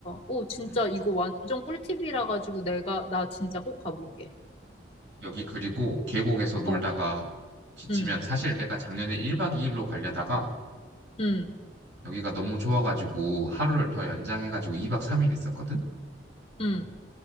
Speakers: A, on the left; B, on the right.
A: 오, 진짜
B: 음.
A: 이거 완전 꿀팁이라 가지고 내가, 나 진짜 꼭 가볼게.
B: 여기 그리고 계곡에서 놀다가
A: 어,
B: 지치면
A: 응,
B: 사실 내가 작년에 1박 2일로 가려다가
A: 응,
B: 여기가 너무 좋아가지고 하루를 더 연장해가지고 2박 3일 있었거든?
A: 응.